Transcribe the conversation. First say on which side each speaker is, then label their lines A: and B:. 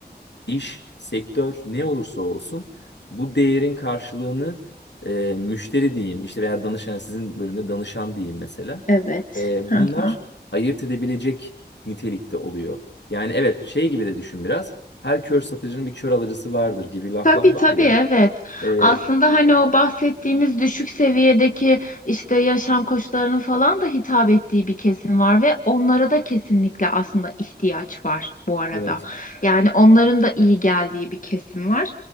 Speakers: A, on the left; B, on the left.
A: iş, sektör ne olursa olsun bu değerin karşılığını e, müşteri diyeyim işte veya danışan sizin bölümde danışan diyeyim mesela.
B: Evet.
A: E,
B: Hı
A: bunlar
B: hı.
A: ayırt edebilecek nitelikte oluyor. Yani evet şey gibi de düşün biraz. Her kör satıcının bir kör alıcısı vardır gibi laflar
B: Tabii
A: var
B: tabii
A: ya.
B: evet.
A: E,
B: Aslında hani o bahsettiğimiz düşük seviyedeki işte yaşam koşullarının falan da hitap ettiği bir kesim var ve onlara da kesinlikle aslında ihtiyaç var bu arada.
A: Evet.
B: Yani onların da iyi geldiği bir kesim var.